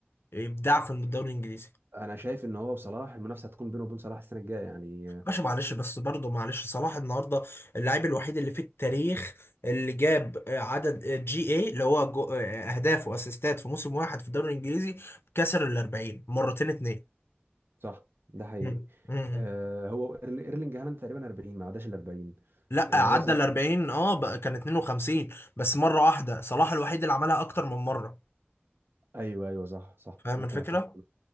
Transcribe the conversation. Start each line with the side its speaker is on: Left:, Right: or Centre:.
Left: ابداع في الدوري الانجليزي
Right: انا شايف ان هو وصلاح المنافسه هتكون بينه وبين صلاح السنه الجايه يعني آه،
Left: باشا معلش بس برضه معلش صلاح النهارده اللاعب الوحيد اللي في التاريخ اللي جاب آه، عدد آه، جي اي اللي هو جو- آه، اهداف واسيستات في موسم واحد في الدوري الانجليزي كسر ال 40 مرتين اتنين
Right: صح ده حقيقي
Left: مم. مم.
Right: آه هو إيرل- ايرلينج هالاند تقريبا 40 ما عداش ال 40
Left: لا
Right: آه
Left: آه،
Right: هو
Left: عدى
Right: صلاح
Left: ال 40 اه بقى كان 52 بس مره واحده صلاح الوحيد اللي عملها اكتر من مره
Right: ايوه ايوه صح صح
Left: فاهم
Right: انت
Left: الفكره؟
Right: صح